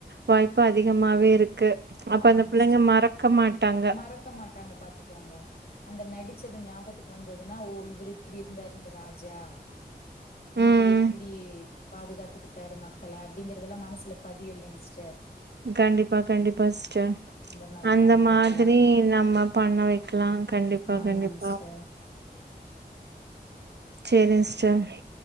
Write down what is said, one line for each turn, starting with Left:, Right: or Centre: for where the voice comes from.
Right: வாய்ப்பு அதிகமாவே இரு கு அப்ப
Left: ஆமாங்க
Right: அந்த பிள்ளைங்க
Left: சிஸ்டர்
Right: மறக்க மாட்டாங்க
Left: மறக்க மாட்டாங்க பாத்துக் கோங்க அந்த நடிச்சது ஞாபத்துக்கு வந்ததுன்னா ஓ இவரு இப்டி இருந்தாரு இந்த ராஜா இவுரு
Right: ம்
Left: இப்டி பாதுகாத்துக்குட்டாரு மக்கள அப்டிங்கறதெல்லா மனசுல பதியு இல்லைங்க சிஸ்டர்
Right: கண்டிப்பா கண்டிப்பா்ட சிஸ்டர்
Left: மாரி
Right: அந்த
Left: பண்ண
Right: மாதிரி
Left: வைக்கலா
Right: நம்ம பண்ண வைக்கலா கண்டிப்பா
Left: ஆமாங்
Right: கண்டிப்பா
Left: சிஸ்டர்
Right: சேரி சிஸ்டர்